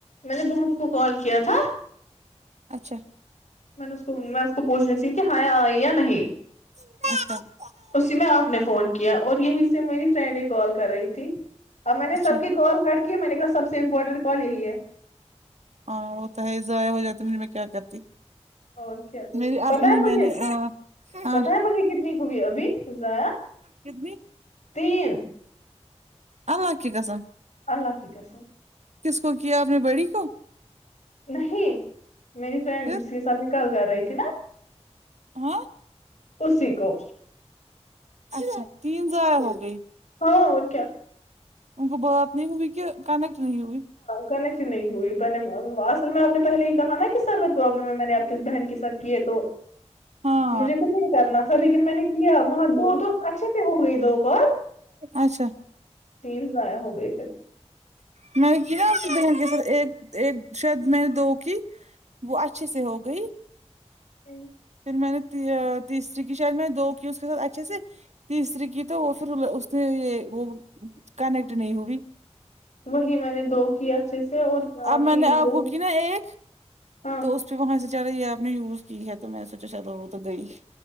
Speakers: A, on the left; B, on the right.
A: میں نے بہن کو کال کیا تھا
B: اچھا
A: میں نے اس کو میں اس کو پوچھنی س کہ ہیا آئی یا نہیں
B: <unintelligible>
A: اسی میں آپ نے فون کیا اور یہی سے میری فرینڈ ہی کال کر رہی تھی اب میں نے
B: اچھا
A: سب کی کال کٹ کی ہے میں نے کہا سب سے امپورٹنٹ کال یہی ہے
B: ہاں وہ تو ہے ضائع ہو جاتا مجھے میں کیا کرتی
A: اور کیا
B: میری
A: پتا
B: اپنی
A: ہے
B: میں
A: مجھے
B: نے ہاں
A: پتا ہے مجھے کتنی کو بھی ابھی ضاع
B: کتنی
A: تین
B: اللہ کی قسم
A: اللہ کی قسم
B: کس کو کیا آپ نے بڑی کو
A: نہیں میری فرینڈ
B: پھر
A: اسی کے ساتھ نکال کر رہی تھی نا
B: آ
A: اسی کو
B: اچھا تین ضایع ہو گئی
A: ہاں اور کیا
B: ان کو بات نہیں ہوئی کہ کنیکٹ نہیں ہوئی
A: کنیکٹ نہیں ہوئی پہلے اصل میں آپ نے پہلے یہ کہا نا کہ سروت پرابلم ہے میں نے آپس بہن کے سات کی ہے تو
B: ہاں
A: مجھے تو نہیں کرنا تھا لیکن میں نے کیا وہاں دو تو اچھے سے ہو گئی دو کال
B: اچھا
A: تین ضایع ہو گے تھ
B: میں نے کی نا ک د گ سر ایک ایک شاید میں نے دو کی وہ اچھے سے ہو گئی
A: ھمم
B: پھر میں نے تیسری کی شاید میں دو کی اس کے ساتھ اچھے سے تیسری کی تو وہ پھر اس نے یہ وہ کنیکٹ نہیں ہوئی
A: وہی میں نے دو کیا اچھے سے اور
B: آ میں
A: تین
B: نے
A: کو
B: آبک نا ایک
A: ہاں
B: تو اس پہ وہاں سے چارا یہ ایپ نے یوز کی ہے تو میں سوچا چا وہ تو گئی